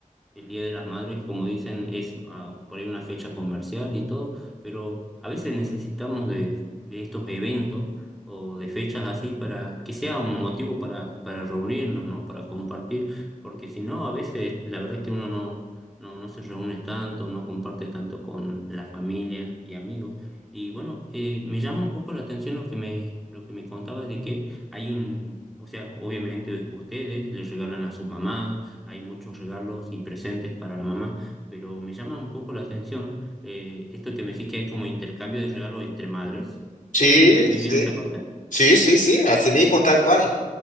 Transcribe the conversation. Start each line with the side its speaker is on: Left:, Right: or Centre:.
Centre: El Día de las Madres, como dicen, es ah, por ahí una fecha comercial y todo, pero a veces necesitamos de, de estos eventos o de fechas así para que sea un motivo para, para reunirnos, ¿no? Para compartir, porque si no, a veces la verdad es que uno no, no, no se reúne tanto, no comparte tanto con la familia y amigos. Y bueno, eh, me llama un poco la atención lo que me, lo que me contabas de que hay un, o sea, obviamente ustedes les regalan a sus mamás hay muchos regalos y presentes para la mamá, pero me llama un poco la atención eh, esto que me decís que hay como intercambio de regalos entre madres.
Left: Sí,
Centre: Eh, ¿entendí
Left: sí.
Centre: bien esa parte?
Left: Sí, sí, sí, así mismo, tal cual.